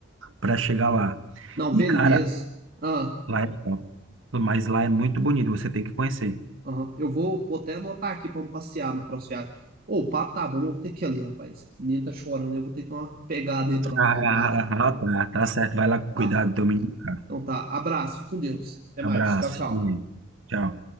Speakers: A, on the right; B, on the right.
A: para chegar lá.
B: Não,
A: E,
B: beleza.
A: cara,
B: Ah,
A: Lá é top. Mas lá é muito bonito, você tem que conhecer.
B: aham. Eu vou, vou até anotar aqui pra me passear na próxima viagem. Ô, o papo tá bom, eu vou ter que ir ali, rapaz. O menino tá chorando, eu vou ter que dar uma pegada nele pra
A: Ah,
B: dar uma acalmada.
A: ah, ah, tá, tá certo. Vai lá
B: Tá.
A: cuidar do teu menino, cara.
B: Então tá, abraço, fique com Deus. Até
A: Abraço.
B: mais. Tchau, tchau.
A: Tchau.